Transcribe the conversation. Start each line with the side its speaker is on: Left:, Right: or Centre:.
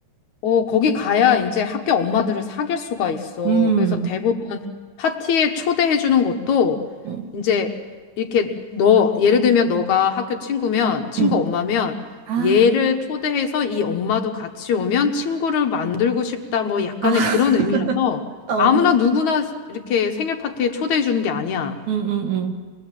Left: 어, 거기 가야 이제 학교 엄마들을 사귈 수가 있어.
Right: 음.
Left: 그래서 대부분 파티에 초대해 주는 것도
Right: 응,
Left: 이제 이렇게 너, 예를 들면 너가 학교 친구면, 친구
Right: 응.
Left: 엄마면
Right: 아,
Left: 얘를 초대해서 이 엄마도 같이 오면 친구를 만들고 싶다. 뭐 약간의
Right: 아, <laughs>
Left: 그런 의미라서
Right: 어.
Left: 아무나 누구나 이렇게 생일 파티에 초대해 주는 게 아니야.
Right: 응, 응,